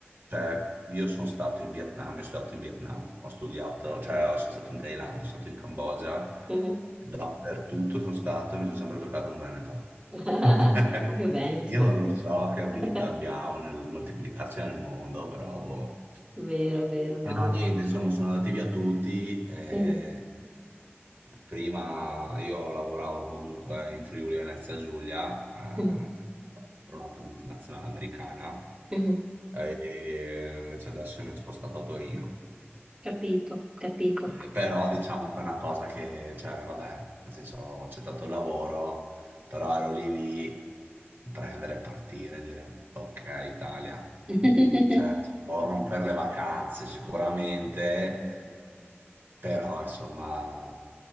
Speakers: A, on the right (about 50°); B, on the right (about 25°).
A: cioè, io sono stato in Vietnam, io sono stato in Vietnam, ho studiato, cioè, sono stato in Thailandia, sono stato in Cambogia,
B: Mhm.
A: dappertutto sono stato e mi sono sempre beccato un Veneto.
B: <laughs>
A: <laughs>
B: Proprio Veneto.
A: Io non lo so che abilità
B: <laughs>
A: abbiamo nel moltiplicarci nel mondo, però boh.
B: Vero, vero, no.
A: E no, niente, insomma, sono andati via tutti. eh,
B: Mhm.
A: prima io lavoravo comunque in Friuli Venezia Giulia, eh,
B: Mhm.
A: per un'altra multinazionale americana,
B: Mhm.
A: e invece adesso mi ha spostato a Torino.
B: Capito, capito.
A: Eh, però diciamo che è una cosa che, cioè, vabbè, nel senso, ho accettato il lavoro, però ero lì lì, prendere, partire, dire, ok, Italia,
B: <laughs>
A: Mm, cioè, corrono per le vacanze sicuramente, però, insomma,